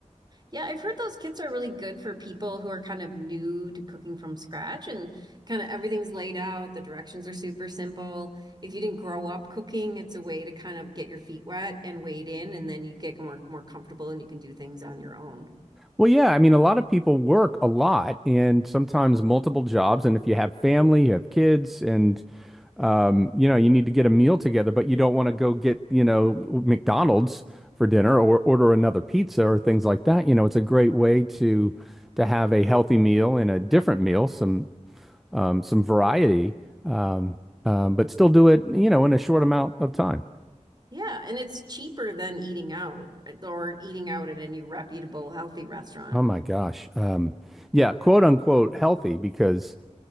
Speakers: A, on the right; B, in the centre.
A: Yeah, I've heard those kits are really good for people who are kind of new to cooking from scratch and kind of everything's laid out. The directions are super simple. If you didn't grow up cooking, it's a way to kind of get your feet wet and wade in, and then you get more more comfortable and you can do things on your own.
B: Well, yeah, I mean, a lot of people work a lot and sometimes multiple jobs. And if you have family, you have kids, and um, you know, you need to get a meal together, but you don't want to go get, you know, McDonald's for dinner or order another pizza or things like that. You know, it's a great way to to have a healthy meal and a different meal, some um, some variety, um, um, but still do it, you know, in a short amount of time.
A: Yeah, and it's cheaper than eating out or eating out at any reputable healthy restaurant.
B: Oh my gosh. Um, yeah, quote unquote healthy because